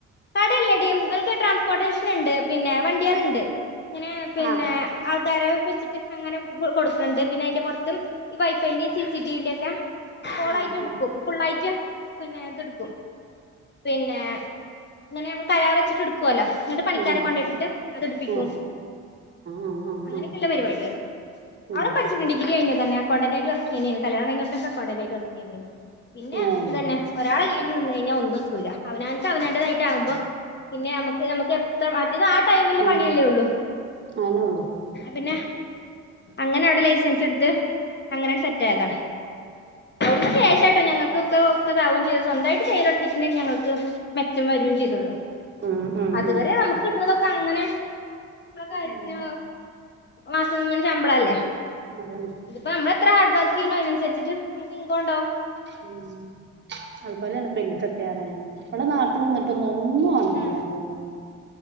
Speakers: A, on the left; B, on the right.
A: കട ല്ലടി ഓല്ക്ക് ട്രാൻസ്പോർട്ടേഷൻണ്ട് പിന്നെ വണ്ടിയാ ള്ണ്ട് ഇങ്ങനെ പിന്നെ
B: ആഹ്
A: ആൾക്കാരെ വെച്ചിട്ട് അങ്ങനെ കൊടുക്കുന്നുണ്ട് പിന്നെ അയിന്റെ പൊറത്ത് ഈ വൈഫൈന്റെയും സിസി ടിവിന്റെ ഒക്കെ കോളായിട്ട്
B: ആഹ്
A: എടുക്കും
B: ആഹ്
A: ഫുള്ളായിറ്റ് പിന്നെ ഇതെടുക്കും പിന്നെ ഇങ്ങനെ നമ്മൾ കരാർ വെച്ചിട്ട് എട് ക്കല്ലോ എന്നിട്ട് പണിക്കാരെ
B: ആഹ്
A: കൊണ്ടട്ടിട്ട് അതെടുപ്പിക്കും
B: ആഹ് ആഹ് ആഹ് ആഹ്
A: അങ്ങനൊക്കെല്ല
B: ആഹ്
A: പരിപാടിയാത്
B: ഉം
A: അവള് പഠിച്ചിണ്ട് ഡിഗ്രി കഴിഞ്ഞതെന്നെയാ അക്കൗണ്ടന്റായിറ്റ് വർക്ക് ചെയ്യ <unintelligible> കല്യാണം കഴിഞ്ഞ ഒടനെ അക്കൗണ്ടന്റായിട്ട് വർക്ക് ചെയ്യ <unintelligible> പിന്നെ
B: ഏഹ്
A: ഇതെന്നെ ഒരാളെ കീഴില് നിന്ന് കയിഞ്ഞാ ഒന്നും എത്തൂലാ അവനാൻക്ക് അവനാൻ്റതായിട്ടാവുമ്പം പിന്നെ നമ്മക്ക് നമ്മക്ക് എപ്പ് <unintelligible> മറ്റേത് ആ ടൈമില്ള്ള
B: ഉം
A: പണിയല്ലേ ഉള്ളൂ
B: അയന്നൊള്ളു
A: അ പിന്നെ അങ്ങനെ അവിടെ ലൈസൻസ് എടുത്ത് അങ്ങനാണ്ട് സെറ്റ് ആയതാ അവിടുന്ന് <unintelligible> ഞങ്ങക്ക് ക്കെ ഒക്കെ ഇതാവും ചെയ്തു സ്വന്തായിട്ട് ചെയ്യല് <unintelligible> ഞങ്ങക്ക് മെച്ചം വെരും ചെയ്തു <unintelligible>
B: ഉം ഉം
A: അതുവരെ
B: ഉം
A: നമ്മക്ക് കിട്ടണതൊക്കെ അങ്ങനെ നമ്മളെ കാര്യത്തിന്
B: ഉം
A: മാസ ഇങ്ങനെ ശമ്പളല്ലേ
B: അതന്നെ
A: <unintelligible> പ്പ നമ്മള് എത്ര ഹാർഡ് വർക്കെയ്യ്ണ് യ് അയ്നൻസരിച്ച് നമ്മുക്ക് ഇൻകം ഉണ്ടാകും. ഇൻകം.
B: ഉം അതുപോലെയാണ് ഇപ്പ ഇൻകൊക്കെ അറിയാന് ഇപ്പളും നാട്ടില് നിന്നിട്ട് ട്ടൊന്നും ഒന്നും ആവണില്ല
A: ഉം
B: അറിയാന്